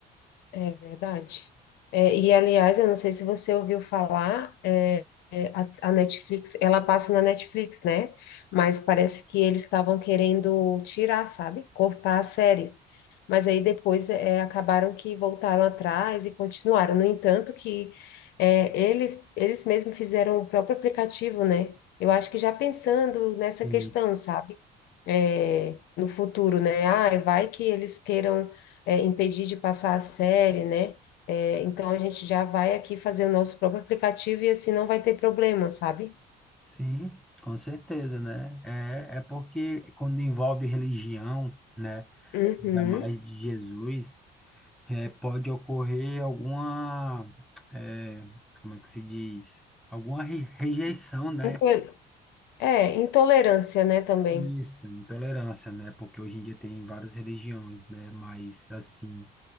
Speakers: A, on the left; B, in the centre.
A: É verdade. É, e, aliás, eu não sei se você ouviu falar, é, é, a, a Netflix, ela passa na Netflix, né? Mas parece que eles estavam querendo tirar, sabe? Cortar a série. Mas aí depois é, acabaram que voltaram atrás e continuaram. No entanto, que é, eles, eles mesmos fizeram o próprio aplicativo, né? Eu acho que já pensando nessa
B: Sim.
A: questão, sabe? É, no futuro, né? Ah, vai que eles queiram é, impedir de passar a série, né? É, então a gente já vai aqui fazer o nosso próprio aplicativo e assim não vai ter problema, sabe?
B: Sim, com certeza, né? É, é porque quando envolve religião, né,
A: Uhum.
B: ainda mais de Jesus, é, pode ocorrer alguma, é, como é que se diz? Alguma re- rejeição, né?
A: Into- É, intolerância, né, também.
B: Isso, intolerância, né? Porque hoje em dia tem várias religiões, né? Mas, assim,